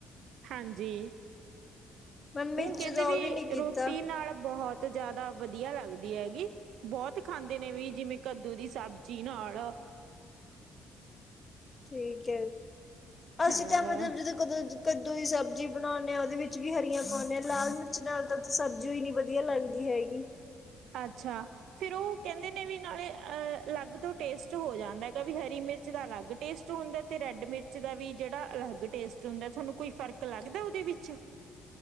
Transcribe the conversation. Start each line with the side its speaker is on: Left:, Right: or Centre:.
Right: ਹਾਂਜੀ
Left: ਮੈਂ ਮਿਰਚ
Right: ਉਹ ਕਹਿੰਦੇ
Left: ਦਾ
Right: ਵੀ
Left: ਨਹੀਂ ਕੀਤਾ
Right: ਰੋਟੀ ਨਾਲ ਬਹੁਤ ਜ਼ਿਆਦਾ ਵਧੀਆ ਲੱਗਦੀ ਹੈਗੀ ਬਹੁਤ ਖਾਂਦੀ ਕਦੇ ਨੇ ਵੀ ਜਿਵੇਂ ਕੱਦੂ ਦੀ ਸਬਜ਼ੀ ਨਾਲ
Left: ਠੀਕ ਅਸੀਂ
Right: ਹਾਂ
Left: ਤਾਂ ਮਤਲਬ ਜਦੋਂ ਕਦੋਂ ਕੱਦੂ ਦੀ ਸਬਜ਼ੀ ਬਣਾਉਂਦੇ ਹਾਂ ਉਹਦੇ ਵਿੱਚ ਵੀ ਹਰੀਆਂ ਪਾਉਂਦੇ ਹਾਂ ਲਾਲ ਮਿਰਚ ਨਾਲ ਤਾਂ ਸਬਜ਼ੀ ਈ ਨੀ ਵਧੀਆ ਲੱਗਦੀ ਹੈਗੀ
Right: ਅੱਛਾ ਫਿਰ ਉਹ ਕਹਿੰਦੇ ਨੇ ਵੀ ਨਾਲੇ ਅਲੱਗ ਤੋਂ ਟੇਸਟ ਹੋ ਜਾਂਦਾ ਹੈਗਾ ਵੀ ਹਰੀ ਮਿਰਚ ਦਾ ਅਲੱਗ ਟੇਸਟ ਹੁੰਦਾ ਤੇ ਰੈਡ ਮਿਰਚ ਦਾ ਵੀ ਜਿਹੜਾ ਅਲੱਗ ਟੇਸਟ ਹੁੰਦਾ ਤੁਹਾਨੂੰ ਕੋਈ ਫ਼ਰਕ ਲੱਗਦਾ ਉਹਦੇ ਵਿੱਚ